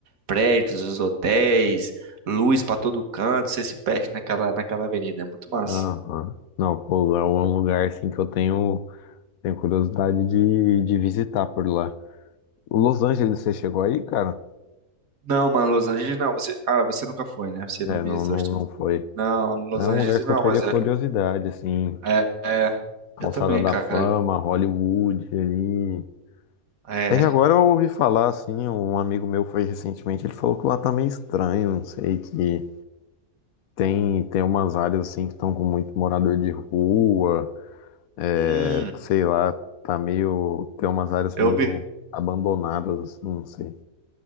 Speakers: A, on the right (about 75°); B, on the left (about 80°).
A: prédios, os hotéis, luz pra todo canto, você se perde naquela naquela avenida, é muito massa.
B: Aham. Não, pô, é um lugar assim que eu tenho, tenho curiosidade de, de visitar por lá. Los Angeles, você chegou aí, cara?
A: Não, mano, Los Angeles não. Você, ah, você nunca foi, né? Você não
B: É,
A: visitou
B: não, não,
A: os Estados
B: não
A: Unidos.
B: foi.
A: Não, Los
B: É
A: Angeles
B: um lugar que
A: não,
B: eu teria
A: mas é.
B: curiosidade, assim,
A: É, é.
B: Calçada
A: Eu também,
B: da
A: cara.
B: Fama, Hollywood ali.
A: É.
B: É que agora eu ouvi falar, assim, um amigo meu foi recentemente, ele falou que lá tá meio estranho, não sei, que tem, tem umas áreas, assim, que estão com muito morador de rua, é,
A: Hum,
B: sei lá, tá meio, tem umas áreas
A: eu
B: meio
A: ouvi.
B: abandonadas, assim, não sei.